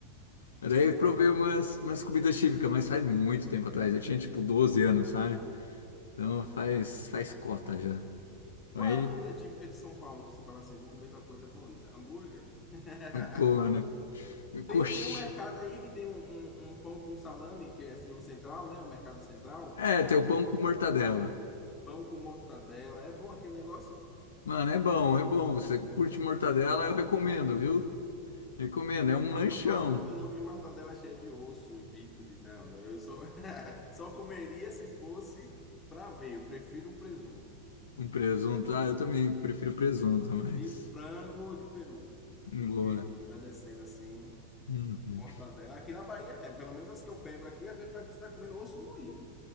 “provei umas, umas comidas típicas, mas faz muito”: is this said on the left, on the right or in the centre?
Left